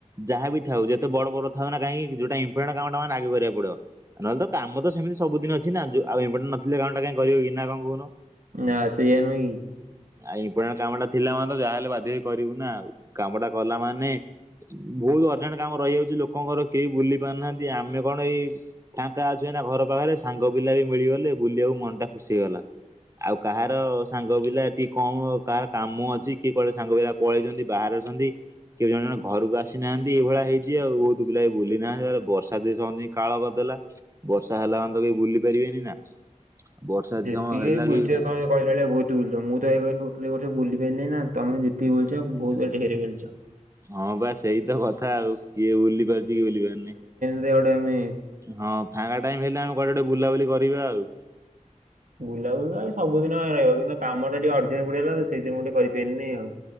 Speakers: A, on the right (about 25°); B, on the right (about 85°).
A: ଯାହା ବି ଥାଉ ଯେତେ ବଡ ବଡ ଥାଉ ନା କାହିଁକି ଯୋଉଟା ଇମ୍ପୋଟାଣ୍ଟ କାମଟା ମାନେ ଆଗେ କରିବାକୁ ପଡିବ। ନହେଲେ ତ କାମ ତ ସେମତି ସବୁଦିନ ଅଛି ନା ଯୋଉ ଆଉ ଇମ୍ପୋଟାଣ୍ଟ ନଥିଲେ କାମଟା କାଇଁ କରିବକି <unintelligible> କହୁନ।
B: ନା ସେଇଆ ନୁହେଁ କି।
A: ଆ ଇମ୍ପୋଟାଣ୍ଟ କାମ ଟା ଥିଲା ମାନେ ତ ଯାହା ହେଲେ ବା ଦେ କରିବୁ ନା ଆଉ କାମଟା କଲା ମାନେ ବହୁତ ଅର୍ଜେଣ୍ଟ କାମ ରହିଯାଉଚି ଲୋକଙ୍କର କେହି ବୁଲି ପାରୁନାହାନ୍ତି, ଆମେ କଣ ଏଇ ଫାଙ୍କା ଅଛୁ ଏଇନା ଘର ପାଖରେ ସାଙ୍ଗ ପିଲା ବି ମିଳିଗଲେ ବୁଲିବାକୁ ମନଟା ଖୁସି ହେଇଗଲା, ଆଉ କାହାର ସାଙ୍ଗ ପିଲା ଟିକେ କମ କାହାର କାମ ଅଛି କି କୁଆଡେ ସାଙ୍ଗ ପିଲା ପଳେଇଚନ୍ତି ବାହାରେ ଅଛନ୍ତି। କିଏ ଜଣେ ଜଣେ ଘରକୁ ଆସିନାହାନ୍ତି, ଏଇଭଳିଆ ହେଇଚି ଆଉ, ବହୁତ ପିଲା ଏ ବୁଲି ନାହାନ୍ତି, ଆରେ ବର୍ଷା <unintelligible> କାଳ କରିଦେଲା। ବର୍ଷା ହେଲା ମାନେ ତ କେହି ବୁଲି ପାରିବେନି ନା। ବର୍ଷା ଯଦି
B: ଯେତିକି
A: ସମୟ ହେଲା
B: ଭାଇ ବୁଲଚେ
A: କି
B: ତୋମେ କହିଲ ଭଳିଆ ବହୁତ ବୁଲିଲୁ, ମୁଁ ତ ଏଇ ପାଇଁ କହୁଥିଲି <unintelligible> ଯୋଉ ବୁଲି ପାରିଲି ନା, ତୌମେ ଯେତିକି ବୁଲଚ ବହୁତ ଆଉ ଢେର ବୁଲିଛ।
A: ହଁ ବା ସେଇ ତ କଥା ଆଉ କିଏ ବୁଲି ପାରୁଚି କିଏ ବୁଲି ପାରୁନି।
B: ସେ ଗୋଟେ ମେ
A: ହଁ ଫାଙ୍କା ଟାଇମ୍ ହେଲେ ଆମେ କୁଆଡେ ଗୋଟେ ବୁଲାବୁଲି କରିବା ଆଉ।
B: ବୁଲାବୁଲି ଆଉ ସବୁଦିନ ପାଇଁ ରହିବ କିନ୍ତୁ କାମ ଟିକେ ଅର୍ଜେଣ୍ଟ ପଡିଗଲା ତ ସେଇଥିପାଇଁ ମୁଁ ଟିକେ କରିପାରିଲିନି ଆଉ।